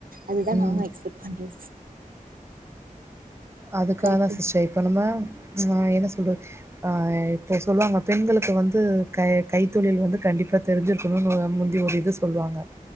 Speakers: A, on the right; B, on the right.
A: அதுதான் நானும்
B: ம்.
A: எக்ஸ்பெக்ட் பண்றது
B: அதுக்காக
A: கரெக்டு
B: தான் சிஸ்டர் இப்ப நும என்ன சொல்வ இப்போ சொல்லுவாங்க பெண்களுக்கு வந்து க கைத்தொழில் வந்து கண்டிப்பாக தெரிஞ்சிருக்கணும்ன்னு முந்தி ஒரு இது சொல்லுவாங்க